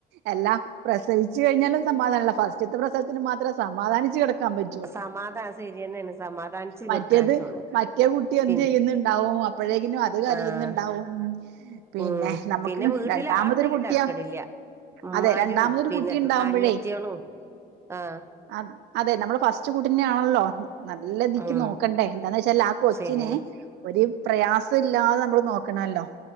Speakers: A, on the right (about 85°); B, on the right (about 15°).
A: എല്ലാ പ്രസവിച്ചു കഴിഞ്ഞാലും സമാധാനല്ല ഫസ്റ്റ്ത്തെ പ്രസവത്തിന് മാത്രം. സമാധാനിച്ച് കെട്. പറ്റുള്ള
B: സമാധാന ശരിയെന്നെയാണ് സമാധാനിച്ച്
A: മറ്റേത്
B: കെടുക്കാൻ പറ്റുള്ളൂ
A: മറ്റേ കുട്ടി എന്ത്
B: പി
A: ചെയ്യുന്നുണ്ടാവും അപ്പോഴേക്കിനും അത് കരയുന്നുണ്ടാകും
B: ആഹ്
A: പിന്നെ
B: ഉം
A: നമ്മക്
B: പിന്നെ വീട്ടിൽ
A: രണ്ടാമതൊരു
B: ആളുണ്ടെങ്കി
A: കുട്ടിയാ
B: തരക്കേടില്ല ഉമ്മാരും
A: അതെ രണ്ടാമതൊരു
B: പിന്നെ
A: കുട്ടി ഉണ്ടാവുമ്പോഴേ
B: അനിയത്തികളും ആഹ്
A: അ അതെ നമ്മള് ഫ - അച്ചക്കുട്ടിനാണല്ലോ നല്ലദിക്ക്
B: ഉം
A: നോക്കണ്ടേ എന്താന്ന് വെച്ചാൽ ആ കൊച്ചിനെ
B: ശരിയാണ്
A: ഒരു പ്രയാസം ഇല്ലാതെ നമ്മള് നോക്കണല്ലോ